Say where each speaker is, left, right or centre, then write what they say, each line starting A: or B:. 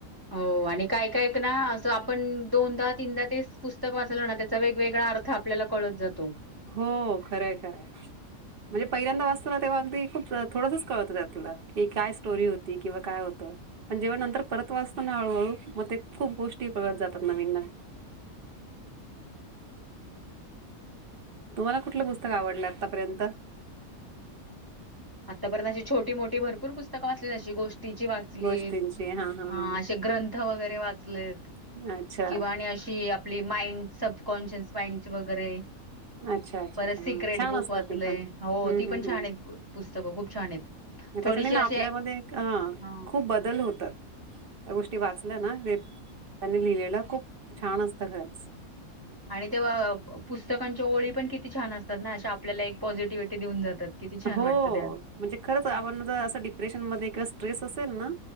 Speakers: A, on the right; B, on the right.
A: हो आणि काय कायक ना असं आपण दोनदा तीनदा तेच पुस्तक वाचलं ना त्याचा वेगवेगळा अर्थ आपल्याला कळत जातो.
B: हो खरंय खरंय. म्हणजे पहिल्यांदा वाचतो ना तेव्हा अगदी खूप थोडसच कळतं त्यातलं की काय स्टोरी होती किंवा काय होतं. पण जेव्हा नंतर परत वाचतो ना हळूहळू मग ते खूप गोष्टी कळत जातात नवीन नवीन. <inaudible> तुम्हाला कुठलं पुस्तक आवडलं आतापर्यंत?
A: आतापर्यंत अशी छोटी मोठी भरपूर पुस्तक वाचली जशी गोष्ट ची वाचली
B: गोष्टींची हां हां
A: हा
B: हां
A: असे ग्रंथ वगैरे वाचलेत.
B: हां अच्छा
A: किंवा आणि अशी आपली माइंड सबकॉन्शिस माइंड वगैरे.
B: अच्छा अच्छा
A: परत
B: अच्छा
A: सिक्रेट
B: हा छानस्त
A: बुक वाचलय
B: त पण
A: हो
B: हम्म
A: ती
B: हम्
A: पण छान
B: हम् हम.
A: आहेत पुस्तकं खूप छान आहेत.
B: त्याच्याने
A: थोडीशी
B: ना
A: अशी
B: आपल्यामध्ये अ
A: हा
B: खूप बदल होतात. त्या गोष्टी वाचल्या ना ते त्याने लिहिलेलं खूप छान असत खरंच.
A: आणि ते्हा पुस्तकांच्या ओळी पण किती छान असतात ना अशा आपल्याला एक पॉझिटिव्हिटी देऊन जातात किती छान
B: हो
A: वाटतं त्या
B: म्हणजे खरच आपणर डिप्रेशन म स्ट्रेस अस ना